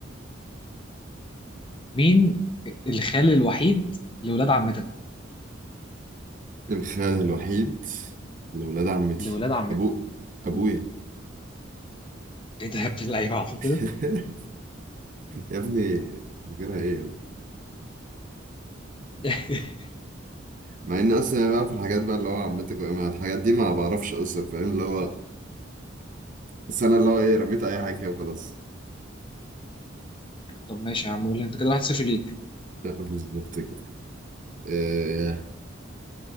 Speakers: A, on the left (about 25°); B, on the right (about 40°).
A: مين الخال الوحيد لولاد عمتك
B: الخال الوحيد لولاد عمتي
A: لولاد عمتك
B: ابو ابويا
A: مم. ايه ده يا ابن اللعيبه عارف كده
B: <laughs> يا ابني فاكرها ايه يا ابني
A: <laughs>
B: مع ان اصلا بقى في الحاجات بقى اللي هو عمتك مع الحاجات دي ما بعرفش اصلا فاهم اللي هو بس انا اللي هو ايه رميت اي حاجه كده وخلاص
A: طب ماشي يا عم قول لي انت كده واحد صفر ليك
B: لا، بالظبط كده آه،